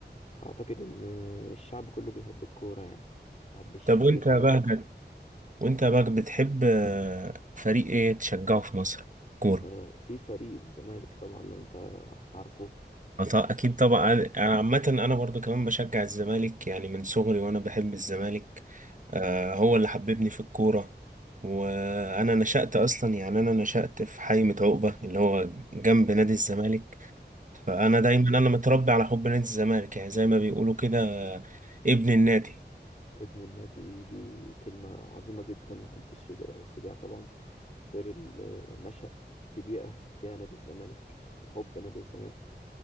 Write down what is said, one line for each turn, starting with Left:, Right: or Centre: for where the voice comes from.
Left: فاعتقد ان الشعب كله بيحب الكوره يعني محدش
Right: طب
Left: يختلف
Right: وانت يا
Left: على
Right: بهجت
Left: ده
Right: وانت يا بهجت بتحب آه، فريق ايه تشجعه في مصر كورة
Left: آه، في فريق الزمالك طبعا لو انت عارفه
Right: أط- اكيد طبعا انا عامة انا برضو كمان بشجع الزمالك يعني من صغري وانا بحب الزمالك آه، هو اللي حببني في الكورة وانا نشأت اصلا يعني انا نشأت في حي عقبة اللي هو جنب نادي الزمالك فانا دايما انا متربي على حب نادي الزمالك يعني زي ما بيقولوا كده آه، ابن النادي
Left: ابن النادي دي كلمة عظيمة جدا محدش يقدر يحس بيها طبعا غير اللي نشأ في بيئة فيها نادي الزمالك وحب نادي الزمالك